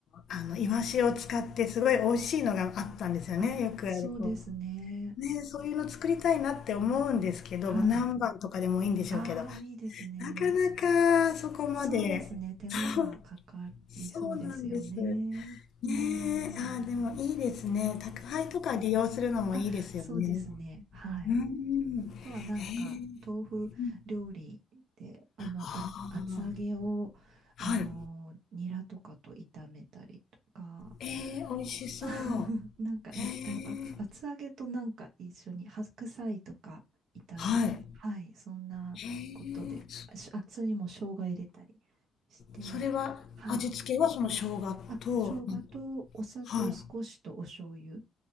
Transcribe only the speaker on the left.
あのイワシを使ってすごい美味しいのがあったんですよね。
よくあるこう。
ね、そういうの作りたいなって思うんですけど、
まあ、何番とかでもいいんでしょうけど、
なかなかそこまで。
<laughs> そうそうなんです。ねえ、
あー、でもいいですね。宅配とか利用するのもいいですよね。
うーん。
ええ。
うん。
あ
あ。
はい。
えー、美味しそう。
へえー。
はい。へ
えー。そ
それは、
味付けはその生姜と、
はい。